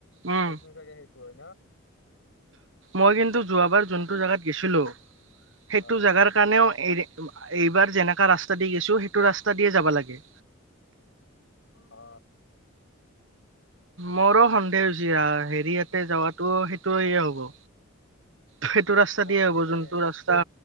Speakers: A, on the right (about 65°); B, on the left (about 65°).
A: উম
B: সেইটো চাগে সেইটো হয় ন।
A: মই কিন্তু যোৱাবাৰ যোনটো জেগাত গেছিলো সেইটো
B: অ
A: জেগাৰ। সেই কাৰণেও এই এইবাৰ যেনেকা ৰাস্তা দি গৈছো সেইটো ৰাস্তা দিয়ে যাব লাগে।
B: অ
A: মোৰো সন্দেহ হৈছে হেৰিয়াতে যাৱাতো সেইটোয়ে হ'ব। সেইটো ৰাস্তা দিয়ে
B: লাগে
A: হ'ব
B: দেই
A: যোনটো ৰাস্তা